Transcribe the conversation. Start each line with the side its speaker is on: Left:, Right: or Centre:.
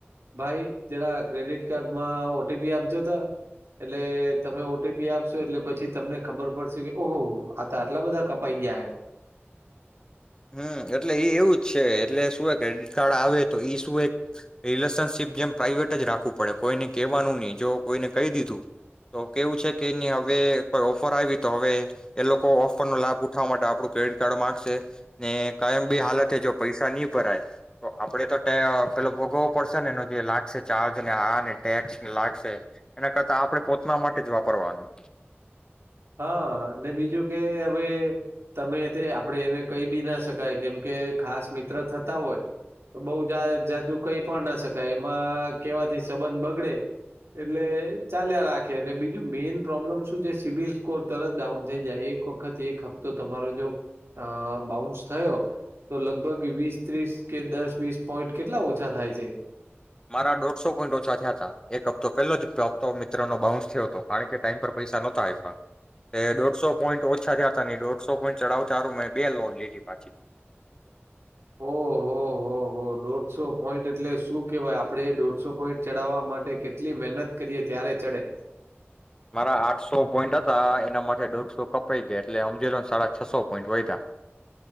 Right: ભાઈ જરા ક્રેડિટ કાર્ડમાં ઓ ટી પી આપજો તો. એટલે તમે ઓ ટી પી આપશો એટલે પછી તમને ખબર પડશે કે ઓહોહો આ તો આટલા બધા કપાઈ ગયા હે.
Left: હમ્મ, એટલે ઈ એવું જ છે એટલે શું હે ક્રેડિટ કાર્ડ આવે તો એ શું એક રિલેશનશીપ જેમ પ્રાાઈવેટ જ રાખવું પડે કોઈને કહેવાનું નહી જો કોઈને કહી દીધું તો કેવું છે કે એની હવે કોઈ ઓફર આવી તો હવે એ લોકો ઓફરનો લાભ ઉઠાવવા માટે આપણું ક્રેડિટ કાર્ડ માંગશે ને કાઈમબી હાલતે જો પૈસા ની ભરાય તો આપડે તો તે અહ પેલો ભોગવવો પડશે ને એનો જે લાગશે ચાર્જ ને, આ ને, ટેક્સ ને લાગશે. એના કરતા આપણે પોતાના માટે જ વાપરવાનું.
Right: હા ને બીજું કે હવે તમે તે આપણેે એને કંઈ બી ના શકાય કેમ કે ખાસ મિત્ર થતા હોય તો બહુ જા જાજુ કહી પણ ના શકાય એમાં કેવાથી સંબંધ બગડે એટલે ચાલ્યા રાખે ને બીજું મેઈન પ્રોબ્લેમ શું છે સિબિલ સ્કોર તરત ડાઉન થઈ જાય એક વખત એક હપ્તો તમારો જો અ બાઉન્સ થયો તો લગભગ વીસ ત્રીસ કે દસ વીસ પોઈન્ટ. કેટલા ઓછા થાય છે?
Left: મારા દોઢસો પોઈન્ટ ઓછા થયા તા એક હપ્તો પહેલો જ હપ્તો મિત્રનો બાઉન્સ થયો તો કારણ કે ટાઈમ પર પૈસા નહોતા આપ્યા એ દોઢસો પોઈન્ટ ઓછા થયા તા. ને ઈ દોઢસો પોઈન્ટ ચડાવતા તારું મેં બે લોન લીધી પાછી.
Right: ઓહો હો હો, દોઢસો પોઈન્ટ એટલે શું કહેવાય. આપણે દોઢસો પોઈન્ટ ચડાવવા માટે કેટલી મહેનત કરીએ ત્યારે ચડે.
Left: મારા આઠસો પોઈન્ટ હતા એનામાંથી દોઢસો કપાઈ ગયા એટલે હમજીલોને સાડા છસો પોઈન્ટ વયધા.